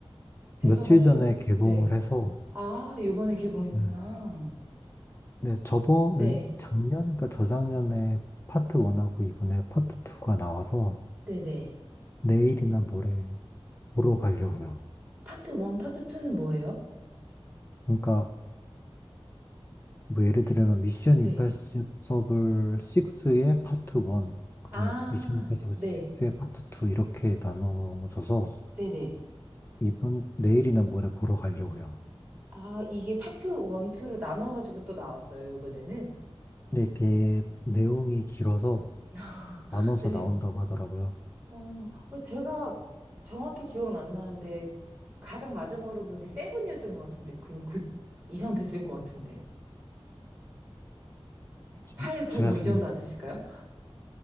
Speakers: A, on the right; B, on the left.
A: 제가
B: 며칠
A: 봤을
B: 전에
A: 때,
B: 개봉을
A: 네.
B: 해서,
A: 아, 요번에 개봉했구나.
B: 음, 네, 저번,
A: 네,
B: 작년인가 저작년에 파트 1하고 이번에 파트 2가 나와서
A: 네네.
B: 내일이나 모레 보러 가려고요.
A: 파트 1, 파트 2는 뭐예요?
B: 그러니까, 뭐 예를 들면 미션
A: 네.
B: 임파서블 6의 파트 1, 그다음에
A: 아,
B: 미션 임파서블
A: 네.
B: 6의 파트 2 이렇게 나눠져서
A: 네네.
B: 이번, 내일이나 모레 보러 가려고요.
A: 아, 이게 파트 1, 2로 나눠가지고 또 나왔어요, 요번에는.
B: 근데 이게 내용이 길어서
A: <laughs>
B: 나눠서
A: 네.
B: 나온다고 하더라고요.
A: 어, 어, 제가 정확히 기억은 안 나는데, 가장 마지막으로 본 게 세븐이었던 것 같은데, 그럼 그 이상 됐을 것 같은데.
B: 지-
A: 8, 9,
B: 제가
A: 뭐
B: 지금
A: 이 정도 안 됐을까요?